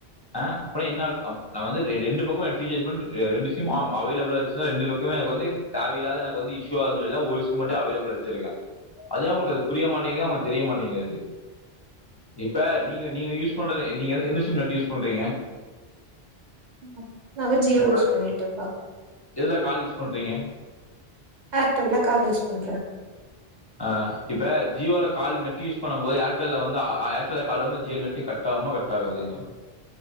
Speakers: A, on the left; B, on the right.
A: ஆ அப்புற என்ன அர் அப் நா வந்து ரெ ரெண்டு பக்கமு நெட் ரீசார்ஜ் பண்ணிட்டு ரெண்டு சிம் அம் அவைலபிளா ஆச்சுன்னா ரெண்டு பக்கமு எனக்கு வந்து தேவையில்லாத எனக்கு வந்து இஷ்யூ ஆகுதுன்னு சொல்லிதா ஒரு சிம் மட்டு அவைலபிளா வச்சிருக்கே அது ஏன் உங்களுக்கு அது புரிய மாட்டேங்குதுனு அவுங்களுக்கு தெரிய மாட்டேங்குது அது இப்ப நீங்க நீங்க யூஸ் பண்றது நீங்க எ எந்த சிம் நெட் யூஸ் பண்றீங்க
B: அ அவ ஜியோ
A: உங்க
B: யூஸ் பண்ணிட்ருக்கா
A: எதுல கால் யூஸ் பண்றீங்க
B: ஏர்டெல்ல கால் யூஸ் பண்றே
A: ஆ இப்ப ஜியோல கால் நெட்டு யூஸ் பண்ணும் போது ஏர்டெல்ல வந்து ஆ ஏர்டெல்ல கால் வந்தா ஜியோ நெட்டு கட் ஆகுமா கட் ஆகாதுங்களா